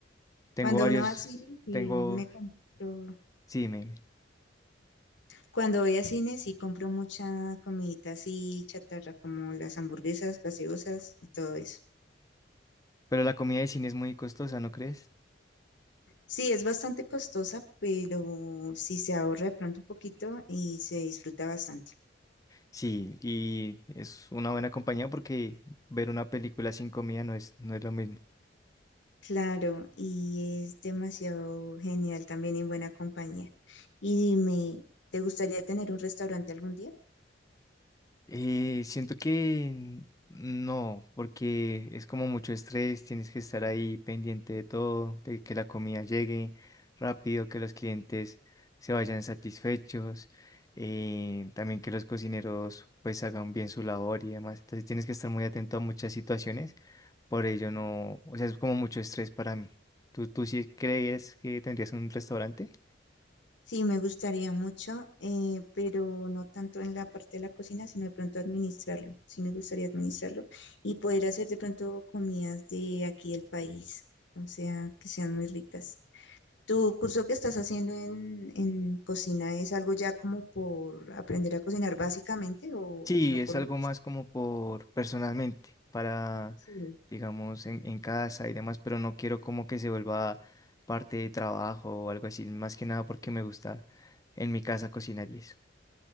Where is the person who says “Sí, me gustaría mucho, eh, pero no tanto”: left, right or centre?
Left